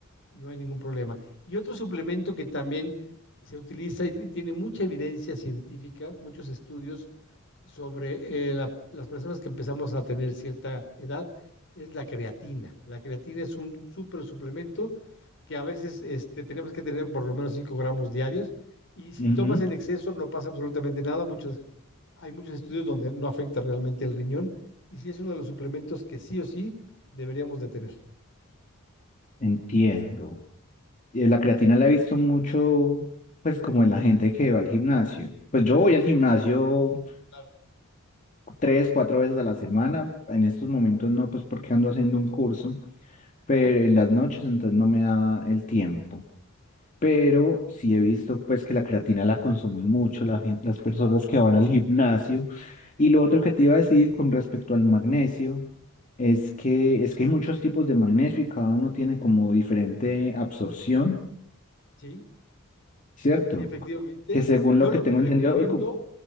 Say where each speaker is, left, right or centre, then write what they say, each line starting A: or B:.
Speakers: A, on the left; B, on the left.
A: no hay ningún problema. Y otro suplemento que también se utiliza y tiene mucha evidencia científica, muchos estudios, sobre eh, la- las personas que empezamos a tener cierta edad es la creatina. La creatina es un súper suplemento que a veces este, tenemos que tener por lo menos 5 gramos diarios y si
B: ujú,
A: tomas en exceso no pasa absolutamente nada. Muchos, hay muchos estudios donde no afecta realmente el riñón y sí es uno de los suplementos que sí o sí deberíamos de tener.
B: Entiendo. Y La creatina la he visto mucho, pues como en la gente que va al gimnasio. Pues yo voy al gimnasio
A: Claro.
B: tres, cuatro veces a la semana. En estos momentos no, pues porque ando haciendo un curso, pero
A: Ajá,
B: en las noches entonces no me da el tiempo. pero sí he visto pues que la creatina la consumen mucho la gen- las personas que van al gimnasio. Y lo otro que te iba a decir con respecto al magnesio es que es que hay muchos tipos de magnesio y cada uno tiene como diferente absorción,
A: sí,
B: ¿cierto?
A: sí, efectivamente.
B: Que según
A: Yo
B: lo que
A: lo
B: tengo
A: que te
B: entendido,
A: recomiendo
B: co-